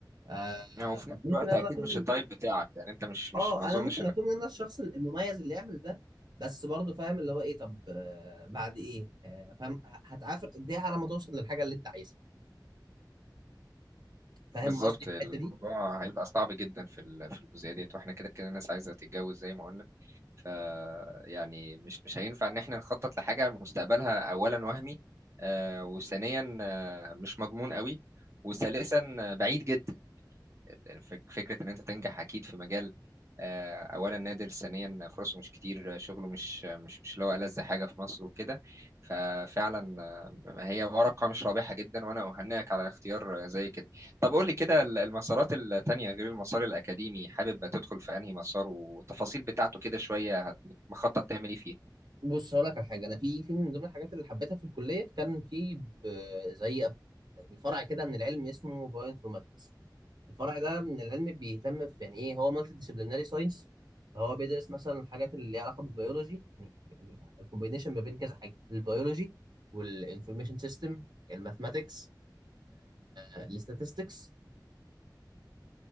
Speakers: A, on the right; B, on the right.
A: آه،
B: يعني وفي نفس
A: ممكن
B: الوقت
A: انا
B: اكيد
A: اكون
B: مش التايب بتاعك يعني انت مش
A: اه
B: مش ما اظنش
A: انا ممكن
B: انك
A: اكون انا الشخص المميز اللي يعمل ده بس برضه فاهم اللي هو ايه طب آه، بعد ايه آه، فاهم هتعافر قد ايه على ما توصل للحاجه اللي انت عايزها فاهم
B: بالظبط
A: قصدي في
B: الموضوع
A: الحته دي
B: هيبقى صعب جدا في ال- في الجزئية ديت واحنا كده كده الناس عايزة تتجوز زي ما قلنا ف يعني مش مش هينفع ان احنا نخطط لحاجه مستقبلها اولا وهمي آه، وثانيا آه، مش مضمون قوي وثالثا آه، بعيد جدا الفك- فكرة إن أنت تنجح أكيد في مجال آه، أولا نادر ثانيا فرصه مش كتير آه، شغله مش مش مش اللي هو ألذ حاجة في مصر وكده ففعلا آه، هي ورقة مش رابحة جدا وأنا أهنئك على اختيار آه، زي كده طب قول لي كده ال- المسارات التانية غير المسار الأكاديمي حابب تدخل في أنهي مسار والتفاصيل بتاعته كده شوية هت- مخطط تعمل إيه فيه؟
A: بص هقول لك على حاجه انا في في من ضمن الحاجات اللي حبيتها في الكليه كان في ب- زي أب- يعني فرع كده من العلم اسمه بايو انفورماتكس الفرع ده من العلم بيهتم في يعني ايه هو مالتي ديسيبليناري ساينس فهو بيدرس مثلا الحاجات اللي ليها علاقه بالبيولوجي يعني الكومبينيشن ما بين كذا حاجه البيولوجي والانفورميشن سيستم الماثماتكس الاستاتستكس